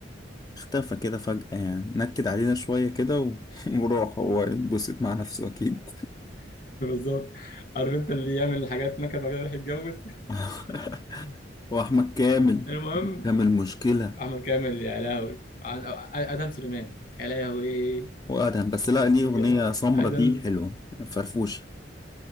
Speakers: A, on the left; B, on the left.
A: اختفى كده فجأة يعني نكد علينا شوية كده و- <laughs> وراح هو يتبسط مع نفسه أكيد
B: <laughs> بالظبط عارف انت اللي يعمل الحاجات نكد بعد كده يروح يتجوز
A: <laughs> واحمد كامل
B: <laughs> المهم
A: كامل مشكله
B: احمد كامل يا لهوي عن ادم سليمان يا لهوي
A: وادهم بس لا ليه
B: بجد
A: اغنيه سمرة
B: ادم
A: دي حلوه فرفوشه